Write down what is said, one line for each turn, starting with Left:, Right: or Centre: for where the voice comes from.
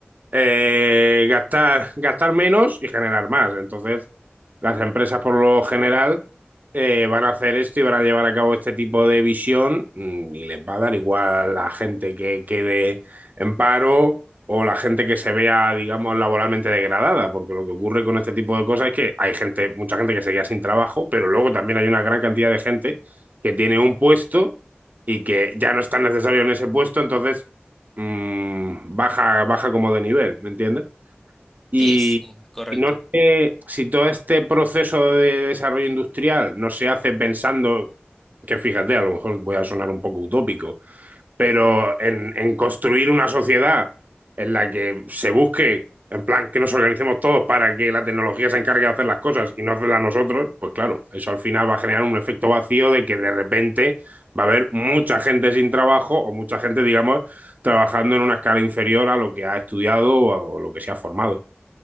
Right: eh, gastar, gastar menos y generar más. Entonces, las empresas por lo general eh, van a hacer esto y van a llevar a cabo este tipo de visión mm, y les va a dar igual la gente que quede en paro o la gente que se vea, digamos, laboralmente degradada, porque lo que ocurre con este tipo de cosas es que hay gente, mucha gente que se queda sin trabajo, pero luego también hay una gran cantidad de gente que tiene un puesto y que ya no está necesario en ese puesto, entonces mm, baja, baja como de nivel, ¿me entiendes? Y,
Centre: Sí, sí, correcto.
Right: y no sé si todo este proceso de desarrollo industrial no se hace pensando, que fíjate, a lo mejor voy a sonar un poco utópico, pero en, en construir una sociedad en la que se busque, en plan, que nos organicemos todos para que la tecnología se encargue de hacer las cosas y no hacerlas nosotros, pues claro, eso al final va a generar un efecto vacío de que de repente va a haber mucha gente sin trabajo o mucha gente, digamos, trabajando en una escala inferior a lo que ha estudiado o a, o lo que se ha formado.